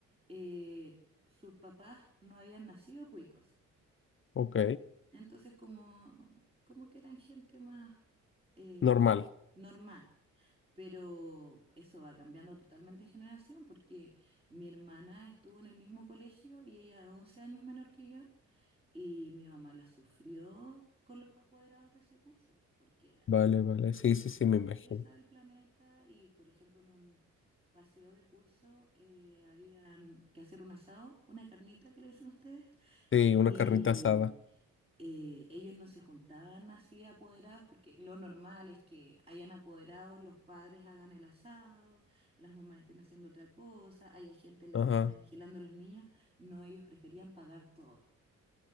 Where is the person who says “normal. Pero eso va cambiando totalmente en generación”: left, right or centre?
Right